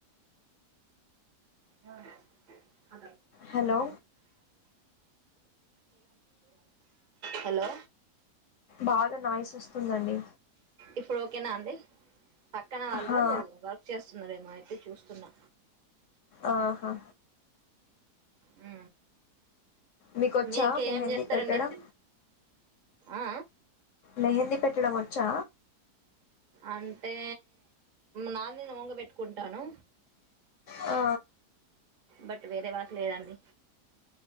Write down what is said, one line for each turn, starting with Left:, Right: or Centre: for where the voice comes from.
Right: ఆ
Left: హలో
Right: <inaudible> హలో
Left: బాగా నాయిస్ వస్తుందండి
Right: ఇప్పుడు ఓకేనా అండి పక్కన వాళ్ళు
Left: హా
Right: వర్క్ చేస్త వస్తున్నారేమో అయితే చూస్తున్నా
Left: ఆహా
Right: అ
Left: మీకొచ్చా
Right: మీంక
Left: మెహందీ
Right: ఏమి చేస్తారండి
Left: పెట్టడం
Right: ఆ
Left: మెహందీ పెట్టడం వచ్చా
Right: అంటే నాది నేను ఓన్ గా పెట్టుకుంటాను
Left: ఆ
Right: బట్ వేరే వాళ్ళకి ఎయ్యండి